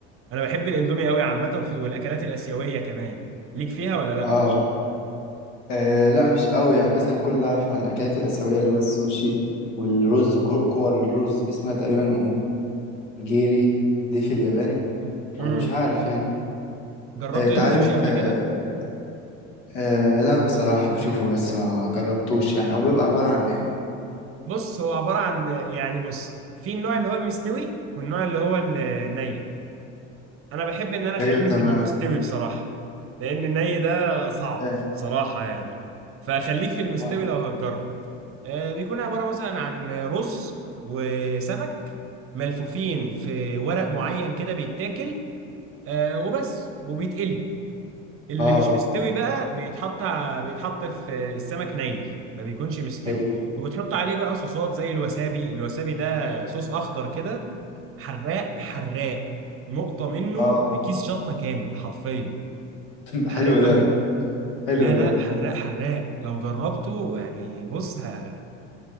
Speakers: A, on the right; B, on the left.
A: انا بحب الاندومي قوي عامه والاكلات الاسيويه كمان ليك فيها ولا لا
B: اه آه، لا مش قوي يعني مثلا كل اللي اعرف عن الاكلات الاسيوية اللي هو السوشي والرز كو- كور الرز اسمها تقريبا انجيري دي في اليابان
A: امم
B: ومش عارف يعني
A: جربت
B: آه، انت
A: السوشي
B: عارف
A: قبل
B: آه،
A: كده
B: آه لا بصراحة بشوفه بس ما جربتوش يعني هو بيبقى عبارة عن ايه
A: بص هو عباره عن يعني بص في النوع اللي هو المستوي والنوع اللي هو الني انا بحب ان انا خليني
B: ايوه تمام
A: في المستوي بصراحه لان الني ده صعب
B: ايه
A: بصراحه يعني فخليك في المستوي
B: اه
A: لو هتجرب آه، بيكون عباره مثلا عن رز وسمك ملفوفين في ورق معين كده بيتاكل آه، وبس وبيتقلي اللي
B: آه،
A: مش مستوي بقى بيتحط ع- بيتحط في السمك ني ما بيكونش مستوي
B: ايوه
A: وبتحط عليه بقى صوصات زي الوسابي الوسابي ده صوص اخضر كده حراق حراق نقطة منه
B: اه
A: بكيس شطة كامل حرفيا
B: <laughs> ده
A: حراق
B: حلو
A: قوي
B: ده حلو
A: لا لا
B: ده
A: حراق حراق لو جربته يعني بص ه...